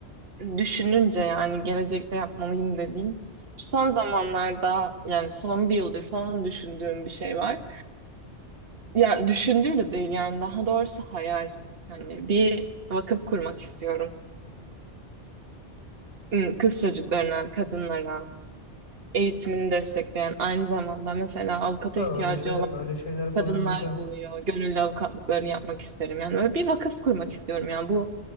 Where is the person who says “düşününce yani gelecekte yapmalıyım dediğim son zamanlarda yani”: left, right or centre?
Right